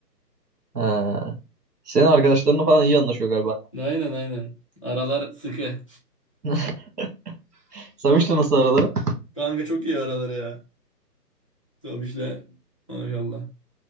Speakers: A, on the right; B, on the left.
A: Ha. Senin arkadaşlarınla falan iyi anlaşıyor galiba.
B: Aynen aynen. Aralar sıkı.
A: annen. <laughs> Samış'la nasıl araları?
B: Kanka çok iyi araları ya. Zabiş'le. Maşallah.